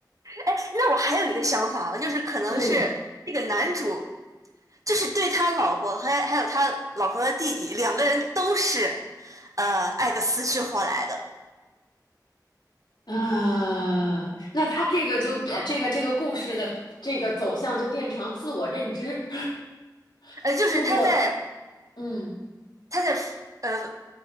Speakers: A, on the right; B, on the left.
A: 哎，那我还有一个想法啊，就是可能是这个男主，
B: 嗯
A: 就是对他老婆还还有他老婆的弟弟两个人都是，呃，爱的死去活来的。
B: 啊，那他这个就变这个这个故事的这个走向就变成自我认知，<laughs>
A: 呃，就是他在
B: 就我嗯，
A: 他在呃